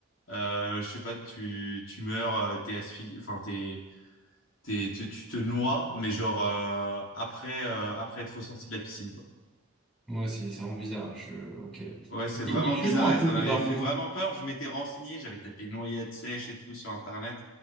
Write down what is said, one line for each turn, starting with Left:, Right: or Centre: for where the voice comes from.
Left: euh, je sais pas, tu, tu meurs, euh, t'es asphyxié, enfin, t'es, t'es, tu, tu te noies, mais genre, euh, après, euh, après être ressorti de la piscine, quoi.
Centre: Ouais, c'est, ça rend bizarre. hein, Je... Ok.
Left: Ouais, c'est
Centre: Il
Left: vraiment
Centre: est chelou
Left: bizarre
Centre: un
Left: et
Centre: peu
Left: ça
Centre: ton
Left: m'avait
Centre: daron,
Left: fait vraiment
Centre: hein.
Left: peur. Je m'étais renseigné, j'avais tapé noyade sèche et tout sur Internet